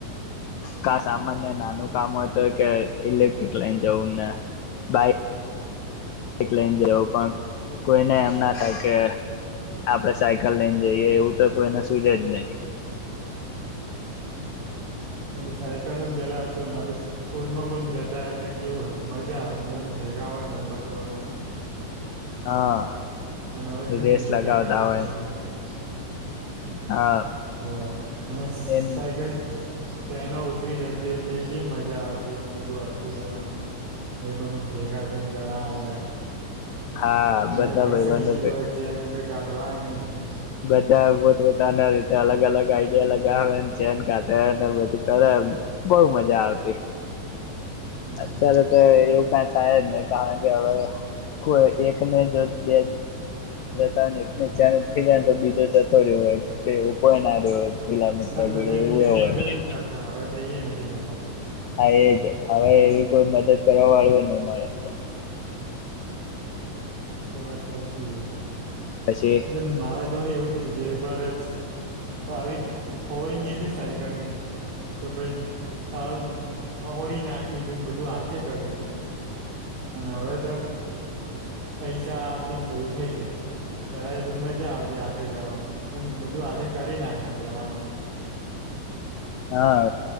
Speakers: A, on the left; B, on the right.
A: કા સામાન્ય નાનું કામ હતું કે ઇલેક્ટ્રિક લઈને જવું ને બાઈકક લઈને જવું પણ કોઈને એમ ના થાય કે આપણેે સાયકલ લઈને જઈએ એવું તો કોઈને સુુંજ જ નહી
B: એલે સાયકલ નું બેેલા હતુંને આપ સ્કૂલમાં પણ જતા એટલે કેવું હતું મજા આવે મ મેેગા હોય મેબંધો અને
A: હા
B: અને હવાજ એકમ
A: રેસ
B: ભેગા
A: લગાવતા
B: ભછ હસાઈ
A: હોય
B: નહી શકતા
A: હા
B: ઓ અને
A: એમ
B: સાયકલ ફેનો ઉતરી જતી એટલે એ કે મજા આવતી એમ બધું અડખું કરવાનું એ બધ ભેગા થઈ જડાવે
A: હા બધા
B: એંદ ફસાઈ
A: ભાઈબંધો
B: ગય
A: ભેગા
B: હોય જેને કાઢવાની ને
A: બધા પોત પોતાના રીતે અલગ અલગ આઈડિયા લગાવેને ચેન કાઢેને બધું કરે બહ મજા આવતી
B: હમ
A: અત્યારે તો એવુ થાય જ નહી કારણ કે હવે એકને જો બે જતા એક ચાર જને તો બીજો જતો રહ્યો હોય તે ઉપર ના રહ્યો હોય પેલા મિત્ર
B: એ બધાને
A: જોડે એવું
B: બીજાને
A: એ હોય
B: મદદ કરતા હવે તો નથી કરતા
A: હા એજ હવે એવી કોઈ મદદ કરવા વાળુ નહી મળે તો
B: એટ વાત સા છીએ
A: પછી
B: એ મારા જોડે એવું ધી એક વાર ચાવ ખોવાઈ ગ હતી સાયકલ ની તો ભાઈ ત હોળી નાખી તું ને બધું હાથે કરી તું અને હવે તો પૈસા આપી ને બધું થઇ જાય પેલા બ મજા આવતી હાથે કરવાની પણ બધું હાથે કરી નાખતા પેલા
A: હા